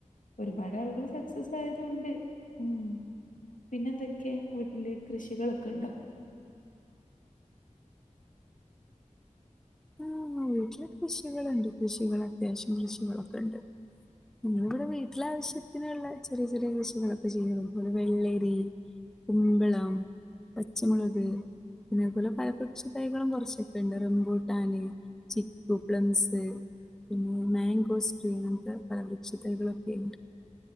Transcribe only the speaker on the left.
ഒരുപാട് ആളുകള് സക്സസ് തയതുണ്ട് ഉം പിന്നെന്തൊക്കെ വീട്ട്ല് കൃഷികളൊക്കണ്ടോ?